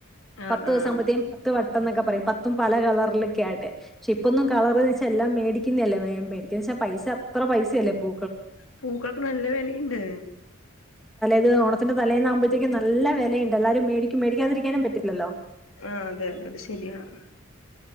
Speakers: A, on the left; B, in the centre.
A: ആഹ്
B: പത്ത് ദിവ്സം
A: ആഹ്
B: ആകുമ്പോഴ്ത്തെ പത്ത് വട്ടം എന്നൊക്കെ പറയും പത്തും പല കളറിലൊക്കെ ആയിട്ട് പക്ഷെ ഇപ്പൊന്നും കളർന്ന് വെച്ചാ എല്ലാം മേടിക്കിന്നെ അല്ലെ മേ മേടിക്കെന്ന് വെച്ചാ പൈസ അത്ര പൈസയല്ലെ ഇപ്പോ
A: പൂക്കെൾക്ക് നല്ല വെല ഇണ്ട്
B: ഇത് ഇതാ ഓണത്തിന്റെ തലേന്നാകുമ്പഴ്ത്തേക്ക് നല്ല വെലെണ്ട് എല്ലാരും മേടിക്കും മേടിക്കാതിരിക്കാനും പറ്റില്ലല്ലോ
A: ആഹ് അതെ അതെ അത് ശരിയാണ്